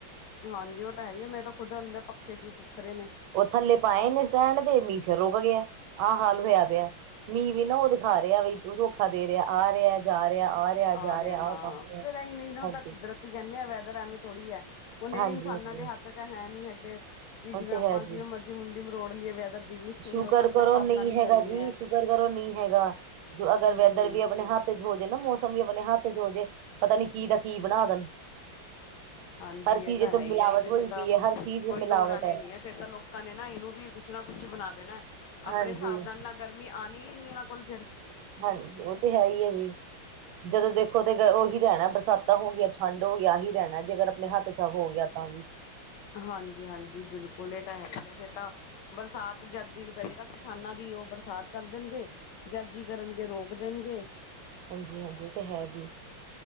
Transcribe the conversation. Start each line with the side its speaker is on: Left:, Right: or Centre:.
Left: ਹਾਂਜੀ ਉਹ ਤਾਂ ਹੈ ਹੀ ਹੈ ਮੇ ਤਾਂ ਖੁਦ ਅੰਦਰ ਪੱਖੇ ਚ ਹੀ ਸੁੱਖ ਰਹੇ ਨੇ
Right: ਉਹ ਥੱਲੇ ਪਾਏ ਨੇ ਸਟੈਂਡ ਤੇ ਮੀਸ਼ਿਰ ਰੁਕ ਗਿਆ ਆਹ ਹਾਲ ਹੋਇਆ ਪਿਆ। ਮੀਂਹ ਵੀ ਨਾ ਉਹ ਦਿਖਾ ਰਿਹਾ ਵੀ ਤੂੰ ਧੋਖਾ ਦੇ ਰਿਹਾ ਆ ਰਿਹਾ ਜਾ ਰਿਹਾ ਆ। ਜਾ
Left: ਆ ਰਿਹਾ ਹਾਂ
Right: ਆਹ ਕੰਮ ਰਿਹਾ।
Left: ਨਹੀਂ ਨਾ
Right: ਹਾਂਜੀ,
Left: ਤਾਂ ਕੁਦਰਤ ਕਹਿੰਦੇ ਆ ਵੈਦਰ ਐਵੇਂ ਥੋੜ੍ਹੀ ਹੈ ਉਹਨੇ
Right: ਹਾਂਜੀ,
Left: ਇਨਸਾਨਾਂ
Right: ਹਾਂਜੀ
Left: ਦੇ ਹੱਥ ਚ ਹੈ ਨੀ ਹੈਗੇ। ਕਿ
Right: ਉਹ
Left: ਜਿਵੇਂ
Right: ਤੇ
Left: ਆਪਾਂ
Right: ਹੈ ਜੀ।
Left: ਜਿਵੇਂ ਮਰਜ਼ੀ ਮੁੰਡੀ ਮਰੋੜ ਲਈਏ ਵੈਦਰ ਦੀ ਵੀ
Right: ਸ਼ੁਕਰ
Left: ਉਹ ਤਾਂ ਆਪਣੇ
Right: ਕਰੋ
Left: ਹਿਸਾਬ
Right: ਨਹੀਂ
Left: ਨਾਲ ਹੀ
Right: ਹੈਗਾ
Left: ਚੱਲਣੇ
Right: ਜੀ
Left: ਆ
Right: ਸ਼ੁਕਰ ਕਰੋ ਨਹੀਂ ਹੈਗਾ ਅਗਰ
Left: ਹਮ
Right: ਵੈਦਰ ਵੀ ਆਪਣੇ ਹੱਥ ਸੋਚਦੇ ਮੌਸਮ ਵੀ ਆਪਣੇ ਹੱਥ ਚ ਹੋ ਜੇ ਪਤਾ ਨੀ ਕੀ ਦਾ ਕੀ ਬਣਾ ਦੇਣ
Left: ਹਾਂਜੀ
Right: ਹਰ ਚੀਜ਼
Left: ਇਹ ਤਾਂ ਹੈ
Right: ਤੋਂ
Left: ਹੀ
Right: ਮਿਲਾਵਟ
Left: ਆ ਇਹਦੇ
Right: ਹੋਈ
Left: ਚ ਤਾਂ
Right: ਪਈ ਹੈ ਹਰ ਚੀਜ਼
Left: ਕੋਈ
Right: ਮਿਲਾਵਟ
Left: ਦੋ ਰਾਹੇ
Right: ਹੈ।
Left: ਨੀ ਫੇਰ ਤਾਂ ਲੋਕਾਂ ਨੇ ਨਾ ਇਹਨੂੰ ਵੀ ਕੁਛ ਨਾ ਕੁਛ ਬਣਾ ਦੇਣਾ ਆਪਣੇ
Right: ਹਾਂਜੀ।
Left: ਹਿਸਾਬ ਨਾਲ ਨਾ ਗਰਮੀ ਆਉ ਹੀ ਨਹੀਂ ਉਹਨਾਂ ਕੋਲ ਫੇਰ।
Right: ਹਾਂਜੀ ਉਹ ਤੇ, ਹੈ ਹੀ ਹੈ ਜੀ ਜਦੋਂ ਦੇਖੋ ਤੇ, ਉਹੀ ਰਹਿਣਾ ਬਰਸਾਤਾਂ ਹੋ, ਗਈਆਂ ਠੰਡ ਹੋ ਗਿਆ ਹੀ ਰਹਿਣਾ ਜੇ, ਕਰ ਆਪਣੇ ਹੱਥ ਚ ਹੋ ਗਿਆ ਤਾਂ
Left: ਹਾਂਜੀ-ਹਾਂਜੀ ਬਿਲਕੁਲ ਇਹ ਤਾਂ, ਹੈਗੀ ਆ ਫਿਰ ਤਾਂ ਬਰਸਾਤ ਜਦ ਦਿਲ ਕਰੇਗਾ। ਕਿਸਾਨਾਂ ਦੀ ਉਹ ਬਰਸਾਤ ਕਰ ਦੇਣਗੇ! ਜਦ ਜੀ, ਕਰਨਗੇ ਰੋਕ ਦੇਣਗੇ
Right: ਹਾਂਜੀ-ਹਾਂਜੀ ਤਾਂ ਹੈ ਜੀ।